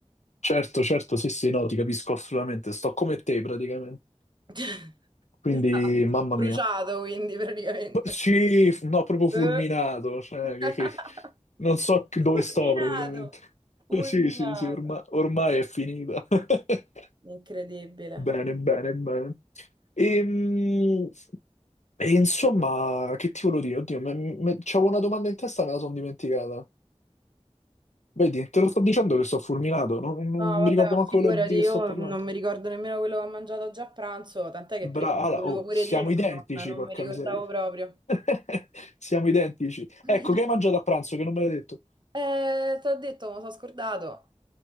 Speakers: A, on the left (about 85°); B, on the right (about 40°).
A: Certo, certo, sì, sì, no, ti capisco assolutamente. Sto come te praticamente.
B: <laughs>
A: Quindi,
B: Esatto,
A: mamma
B: bruciato
A: mia.
B: quindi praticamente.
A: Sì, f- no, proprio fulminato,
B: Eh.
A: cioè,
B: <laughs>
A: che, che- non so che- dove
B: Fulminato,
A: sto praticamente.
B: fulminato.
A: <laughs> Sì, sì, sì, orma- ormai è finita. <laughs>
B: Incredibile.
A: Bene, bene, bene. Ehm, E, insomma, che ti volevo dire? Oddio, me- me- c'avevo una domanda in testa, e me la sono dimenticata. Vedi, te lo sto dicendo che sto fulminato, non, non
B: No, vabbè,
A: mi ricordo manco
B: figurati,
A: quello di
B: io
A: che sto parlando.
B: non mi ricordo nemmeno quello che ho mangiato già a pranzo, tant'è che
A: Brava,
B: prima te lo volevo
A: oh,
B: pure
A: siamo
B: dire,
A: identici,
B: ma non, non
A: porca
B: mi ricordavo
A: miseria.
B: proprio.
A: <laughs> Siamo identici.
B: <laughs>
A: Ecco, che hai mangiato a pranzo che non me l'hai detto?
B: Eh, te l'ho detto, mi sono scordato.